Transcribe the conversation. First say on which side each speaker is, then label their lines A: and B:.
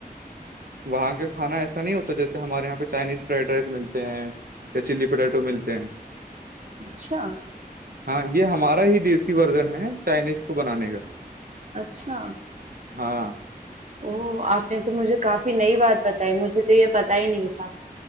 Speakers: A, on the right; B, on the right.
A: وہاں کا کھانا ایسا نہیں ہوتا جیسے ہمارے یہاں پہ چائنیز فرائڈ رائس ملتے ہیں یا چلی پوٹیٹو ملتے ہیں
B: اچھا
A: ہاں یہ ہمارا ہی دیسی ورجن ہے چائنیز کو بنانے کا
B: اچھا
A: ہاں
B: او آپ نے تو مجھے کافی نئی بات بتائی مجھے تو یہ پتا ہی نہیں تھا